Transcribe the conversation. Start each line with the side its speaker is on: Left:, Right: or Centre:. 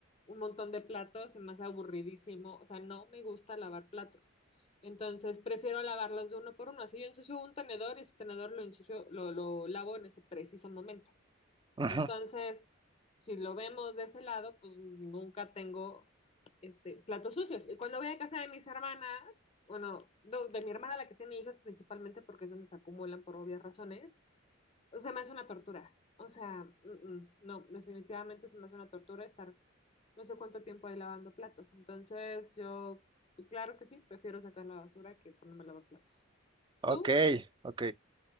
Left: un montón de platos, se me hace aburridísimo. O sea, no me gusta lavar platos. Entonces, prefiero lavarlos de uno por uno. Así yo ensucio un tenedor, y ese tenedor lo ensucio, lo, lo lavo en ese preciso momento.
Right: Ujú.
Left: Entonces, si lo vemos de ese lado, pues nunca tengo este, platos sucios. Y cuando voy a casa de mis hermanas, bueno, no, de mi hermana, la que tiene hijos principalmente, porque es donde se acumulan por obvias razones, o sea, me hace una tortura. O sea, mm, mm, no, definitivamente se me hace una tortura estar no sé cuánto tiempo ahí lavando platos. Entonces, yo, pues, claro que sí, prefiero sacar la basura que ponerme a lavar platos.
Right: Ok,
Left: ¿Tú?
Right: ok.